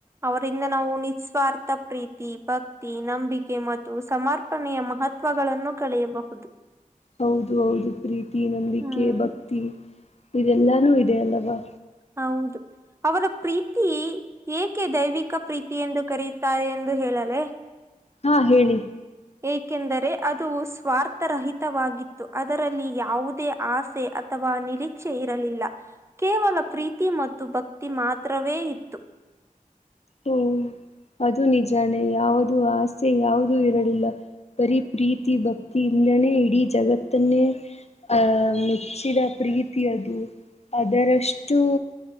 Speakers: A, on the right (about 20°); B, on the left (about 50°).
A: ಅವರಿಂದ ನಾವು ನಿಸ್ವಾರ್ಥ ಪ್ರೀತಿ ಭಕ್ತಿ ನಂಬಿಕೆ ಮತ್ತು ಸಮರ್ಪಣೆಯ ಮಹ ಮಹತ್ವಗಳನ್ನು ಕಳೆಯಬಹುದು
B: ಹೌದು ಹೌದು ಪ್ರೀತಿ ನಂಬಿಕೆ
A: ಹ್ಮ್
B: ಭಕ್ತಿ ಇದೆಲ್ಲಾನು ಇದೆ ಅಲ್ಲವಾ
A: ಹೌದು ಅವರ ಪ್ರೀತಿ ಏಕೆ ದೈವಿಕ ಪ್ರೀತಿ ಎಂದು ಕರೆಯುತ್ತಾರೆ ಎಂದು ಹೇಳ ಲ್ಲ
B: ಹಾ ಹೇಳಿ
A: ಏಕೆಂದರೆ ಅದು ಸ್ವಾರ್ಥರಹಿತವಾಗಿತ್ತು ಅದರಲ್ಲಿ ಯಾವುದೇ ಆಸೆ ಅಥವಾ ನಿರೀಕ್ಷೆ ಇರಲಿಲ್ಲ ಕೇವಲ ಪ್ರೀತಿ ಮತ್ತು ಭಕ್ತಿ ಮಾತ್ರವೇ ಇತ್ತು
B: ಹ್ಮ್
A: ಹ್ಮ
B: ಅದು ನಿಜಾನೇ ಯಾವುದುೂ ಆಸ್ೆ ಯಾವುದೂ ಇರಲಿಲ್ಲ ಬರಿೀ ಪ್ರೀತಿ ಭಕ್ತಿ ಇಿಂದಾನೇ ಇಡೀ ಜಗತ್ ತನ್ನೆ ಆ್ ಮೆಚ್ಚಿದ ಪ್ರೀತಿ ಅದು ಅದರಷ್ಟು